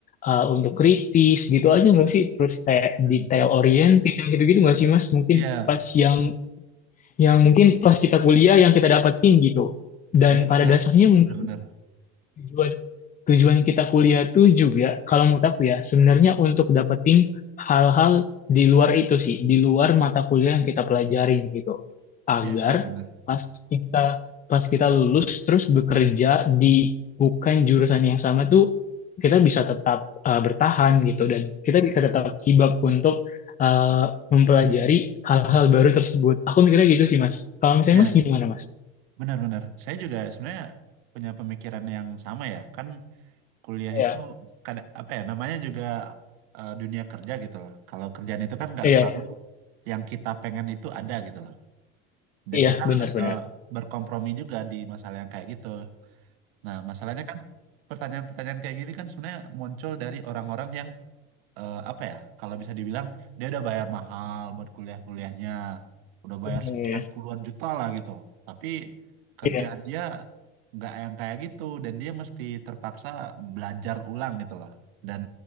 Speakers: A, on the left; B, on the right.
A: uh, untuk kritis gitu aja nggak sih terus kayak
B: Hmm.
A: detail oriented yang gitu-gitu nggak sih Mas mungkin
B: Iya,
A: pas yang yang mungkin pas kita kuliah yang kita dapetin gitu dan
B: iya
A: pada
B: benar,
A: dasarnya mungkin
B: benar, benar,
A: tujuan tujuan kita kuliah tuh juga kalau menurut aku ya sebenarnya untuk dapetin hal-hal di luar itu sih di luar mata kuliah yang kita pelajarin gitu agar
B: iya benar, benar,
A: pas kita pas kita lulus terus bekerja di bukan jurusan yang sama tuh kita bisa tetap eh, bertahan gitu dan kita bisa tetap kibap untuk eh, mempelajari hal-hal baru tersebut aku mikirnya gitu sih mas kalau misalnya
B: iya
A: mas gimana mas
B: benar, benar. Saya juga sebenarnya punya pemikiran yang sama ya, kan kuliah
A: Iya,
B: itu kada, apa ya namanya juga eh, dunia kerja gitu loh. Kalau kerjaan itu kan nggak
A: iya,
B: selalu
A: iya,
B: yang kita pengen itu ada gitu loh. Dan
A: iya,
B: kita
A: benar-benar.
B: harus eh, berkompromi juga di masalah yang kayak gitu. Nah, masalahnya kan pertanyaan-pertanyaan kayak gini kan sebenarnya muncul dari orang-orang yang eh, apa ya kalau bisa dibilang dia udah bayar mahal buat kuliah-kuliahnya udah bayar
A: Iya,
B: sekian puluhan juta lah gitu tapi kerjaan
A: iya,
B: dia nggak yang kayak gitu dan dia mesti terpaksa belajar ulang gitu loh dan